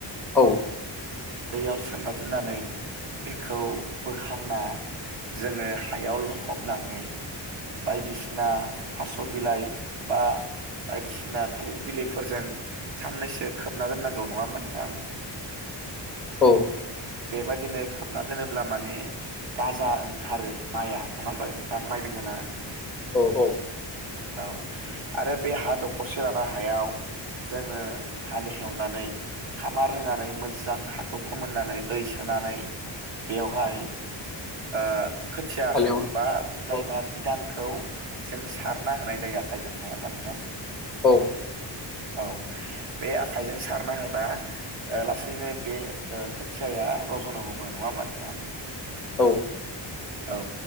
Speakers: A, in the centre; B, on the right.
A: औ।
B: दैयाव सोमना दोननानै बेखौ बोखांना जोङो हायाव लखबनानै बायदिसिना थास' बिलाइ बा बायदिसिना थालिर बिलाइफोरजों साननैसो खोबना दोननांगौ नङा होमबा नोंथां? <inaudible>
A: औ।
B: बेबायदिनो खोबना दोनोब्ला माने गाजा ओंखारो माइआ नङा होमबा नोंथां माइ बिखायनो
A: औ औ।
B: औ। आरो बे हा दखरसे ला हायाव जोङो हालेेवनानै खामार होनानै मोजां हाखौ फोमोननानै दै सोनानै बेवहाय ओ खोथियाखौ
A: हालेव
B: बा जायबा
A: औ
B: बिदानखौ जों सारना होनाय जायो। खाइजों नङा होनबा नोंथां?
A: औ।
B: औ बे आखाइजों सारना होबा लासैनो बे खोथियाया रज'नो हमो नङा होमबा नोंथां?
A: औ।
B: औ